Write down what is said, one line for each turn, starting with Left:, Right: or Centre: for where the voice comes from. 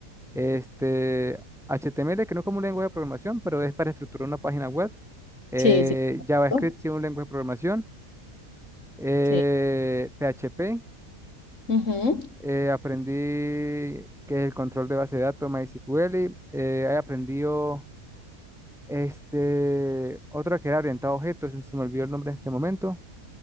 Centre: este, HTML, que no es como un lenguaje de programación, pero es para estructurar una página web. Eh,
Left: Sí, sí.
Centre: JavaScript,
Left: ¿no?
Centre: sí, un lenguaje de programación. Eh,
Left: Sí.
Centre: PHP,
Left: Ujú.
Centre: eh, aprendí que es el control de base de datos, MySQL. Eh, he aprendido este, otro que era orientado a objetos, se me olvidó el nombre en este momento.